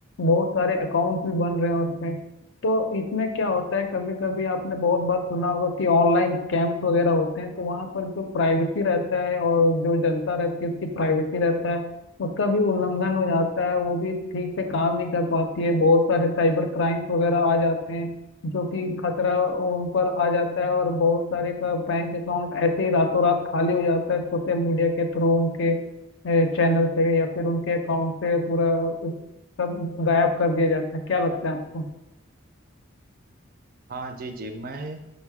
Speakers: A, on the left (about 55°); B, on the right (about 45°).
A: बहुत सारे अकाउंट्स भी बन रहे हैं उसमें तो इसमें क्या होता है कभी कभी आपने बहुत बार सुना होगा कि ऑनलाइन स्कैम्स वगैरह होते हैं तो वहाँ पर जो प्राइवेसी रहता है और जो जनता रहती है उसकी प्राइवेसी रहता है उसका भी उल्लंघन हो जाता है वो भी ठीक से काम नहीं कर पाती है बहुत सारे साइबर क्राइम्स वगैरह आ जाते हैं जो कि खतरा उन पर आ जाता है और बहुत सारे का बैंक अकाउंट ऐसे ही रातों रात खाली हो जाता है सोशल मीडिया के थ्रू उनके चैनल से या फिर उनके अकाउंट से पूरा सब गायब कर दिया जाता है क्या लगता है आपको
B: हाँ जी जी मैं